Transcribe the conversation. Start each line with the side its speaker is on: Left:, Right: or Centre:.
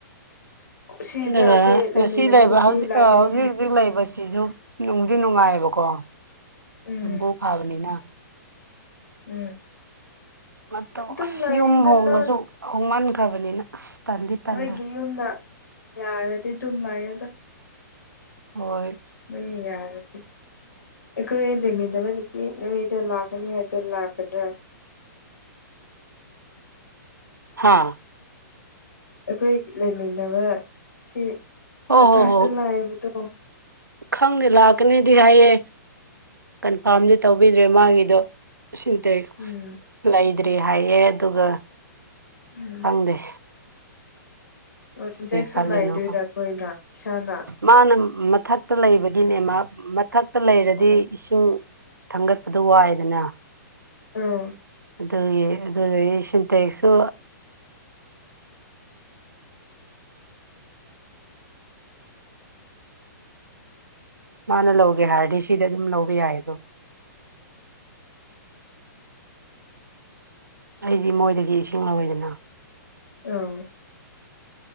Left: ꯁꯤꯗ
Right: ꯑꯗꯨꯒ
Left: ꯑꯩꯈꯣꯏ ꯂꯩꯃꯤꯟꯅꯕ
Right: ꯉꯁꯤ ꯂꯩꯕ
Left: ꯅꯨꯄꯤ
Right: ꯍꯧꯖꯤꯛ
Left: ꯂꯥꯛꯀꯅꯤ
Right: ꯍꯧꯖꯤꯛ
Left: ꯍꯥꯏ
Right: ꯍꯧꯖꯤꯛ ꯂꯩꯕꯁꯤꯁꯨ ꯅꯨꯡꯗꯤ ꯅꯨꯡꯉꯥꯏꯑꯕꯀꯣ
Left: ꯎꯝ
Right: ꯌꯨꯝꯕꯨ ꯐꯥꯕꯅꯤꯅ
Left: ꯎꯝ
Right: ꯃꯇꯧ
Left: ꯑꯗꯨꯝ
Right: ꯑꯁ
Left: ꯂꯥꯛꯗ
Right: ꯌꯨꯝ ꯍꯣꯡꯕꯁꯨ
Left: ꯅꯪ
Right: ꯍꯣꯡꯃꯟꯈ꯭ꯔꯕꯅꯤꯅ ꯑꯁ ꯇꯟꯗꯤ ꯇꯜꯂꯦ
Left: ꯅꯣꯏꯒꯤ ꯌꯨꯝꯗ ꯌꯥꯔꯗꯤ ꯑꯗꯨꯝ ꯂꯥꯛꯌꯣꯗ
Right: ꯍ
Left: ꯃꯣꯏ ꯌꯥꯔꯗꯤꯦ ꯑꯩꯈꯣꯏ ꯂꯩꯃꯤꯟꯅꯕ ꯅꯨꯄꯤ ꯅꯣꯏꯗ ꯂꯥꯛꯀꯅꯤ ꯍꯥꯏꯕꯗꯣ ꯂꯥꯛꯀꯗ꯭ꯔꯥ
Right: ꯍꯥꯥ
Left: ꯑꯩꯈꯣꯏ ꯂꯩꯃꯤꯟꯅꯕ ꯑꯁꯤ
Right: ꯍꯣ
Left: ꯃꯊꯥꯛꯇ
Right: ꯍꯣ ꯍꯣ
Left: ꯂꯥꯏꯕꯗꯣ
Right: ꯈꯪꯗꯦ ꯂꯥꯛꯀꯅꯦꯗꯤ ꯍꯥꯏꯌꯦ ꯀꯟꯐꯥꯔꯝꯗꯤ ꯇꯧꯕꯤꯗ꯭ꯔꯦ ꯃꯥꯒꯤꯗꯣ ꯁꯤꯟꯇ
Left: ꯎꯝ
Right: ꯂꯩꯗ꯭ꯔꯤ ꯍꯥꯏꯌꯦ ꯑꯗꯨꯒ
Left: ꯎꯝ
Right: ꯐꯪꯗꯦ
Left: ꯑꯣ ꯁꯤꯟꯇꯦꯛꯁꯨ
Right: ꯈꯜꯂꯤꯅꯣ
Left: ꯂꯥꯛꯏꯗꯣꯏꯔꯥ
Right: ꯈꯪ
Left: ꯑꯩꯈꯣꯏꯅ ꯏꯁꯥꯅ
Right: ꯃꯥꯅ ꯃꯊꯛꯇ ꯂꯩꯕꯒꯤꯅꯦ ꯃꯥ ꯃꯊꯛꯇ ꯂꯩꯔꯗꯤ
Left: ꯑꯣ
Right: ꯏꯁꯤꯡ ꯊꯥꯡꯒꯠꯄꯗꯣ ꯋꯥꯏꯗꯅ
Left: ꯑꯥ
Right: ꯑꯗꯨꯒꯤ ꯑꯗꯨꯗꯒꯤ ꯁꯤꯟꯇꯦꯛꯁꯨ ꯃꯥꯅ ꯂꯧꯒꯦ ꯍꯥꯏꯔꯗꯤ ꯁꯤꯗ ꯑꯗꯨꯝ ꯂꯧꯕ ꯌꯥꯏ ꯑꯗꯣ ꯑꯩꯗꯤ ꯃꯣꯏꯗꯒꯤ ꯏꯁꯤꯡ ꯂꯧꯋꯤꯗꯅ
Left: ꯑ